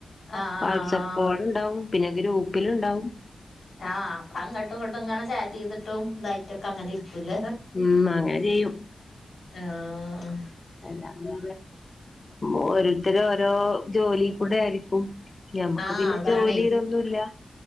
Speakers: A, on the left (about 70°); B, on the left (about 35°).
A: ആഹ്
B: വാട്സആപ്പ് കോൾ ഉണ്ടാവും പിന്നെ ഗ്രൂപ്പിൽ ഉണ്ടാവും
A: ആഹ് അപ്പൊ ങ്ങോട്ടും ഇങ്ങോട്ടും ഇങ്ങനെ ചാറ്റ് ചെയ്തിട്ടും ഇന്തായിറ്റൊക്കെങ്ങനെ ഇരിക്കൂല
B: ഉം അങ്ങനെ ചെയ്യും
A: ആഹ്
B: അല്ല ഓരോരുത്തരും ഓരോ ജോലി കൂടെ ആയിരിക്കും ഞമ്മക്ക്
A: ആഹ്
B: പിന്നെ
A: അതാണേ
B: ജോലി ഇതൊന്നുല്ല